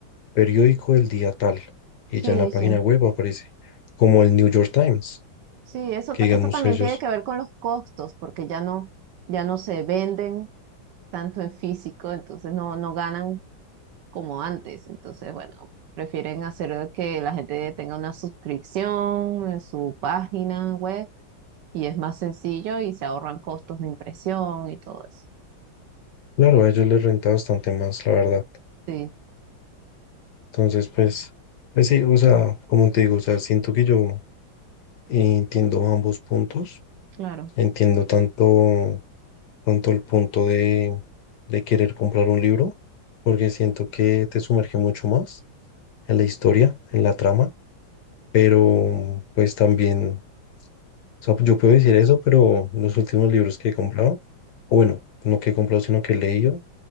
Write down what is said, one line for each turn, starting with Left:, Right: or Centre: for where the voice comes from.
Left: periódico del día tal, y
Right: sí,
Left: ya en la página
Right: sí.
Left: web aparece, como el New York Times,
Right: Sí, eso,
Left: que
Right: ta-
Left: digamos
Right: eso también
Left: ellos,
Right: tiene que ver con los costos, porque ya no, ya no se venden tanto en físico, entonces no, no ganan como antes. Entonces, bueno, prefieren hacer que la gente tenga una suscripción en su página web y es más sencillo y se ahorran costos de impresión y todo eso.
Left: claro, a ellos les renta bastante más, la verdad.
Right: Sí,
Left: Entonces, pues, pues sí, o sea, como te digo, o sea, siento que yo entiendo ambos puntos,
Right: claro.
Left: entiendo tanto, tanto el punto de, de querer comprar un libro, porque siento que te sumerge mucho más en la historia, en la trama, pero pues también, o sea, yo puedo decir eso, pero los últimos libros que he comprado, o bueno, no que he comprado, sino que he leído,